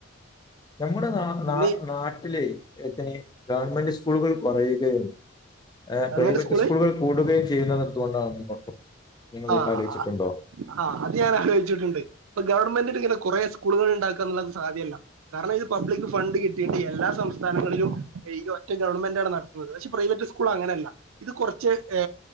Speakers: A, on the left; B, on the right.
A: നമ്മുടെ ന
B: പിന്നെ
A: നാ നാട്ടില് <unintelligible> ഗവൺമെന്റ് സ്കൂളുകൾ കൊറയുകയും ഏഹ്
B: ഗവൺമെന്റ്
A: പ്രൈവറ്റ്
B: സ്കൂള്
A: സ്കൂളുകൾ കൂടുകയും ചെയ്യുന്നത് എന്തുകൊണ്ടാണെന്ന് <unintelligible>
B: ആഹ്‌
A: ആലോചിച്ചിട്ടുണ്ടോ
B: അ അ ആഹ് അത് ഞാൻ ആലോചിച്ചിട്ടുണ്ട് ഇപ്പൊ ഗവൺമെന്റിന് ഇങ്ങനെ കൊറെേ സ്കൂളുകൾ ണ്ടാക്കാള്ളത് സാധ്യല്ല. കാരണം ഇത് പബ്ലിക് ഫണ്ട് കിട്ടിയിട്ട് എല്ലാ സംസ്ഥാനങ്ങളിലും ഈ ഒറ്റ ഗവൺമെന്റാണ് നട പഷേ പ്രൈവറ്റ് സ്കൂള് അങ്ങനെല്ല ഇത് കൊറച്ച് ഏ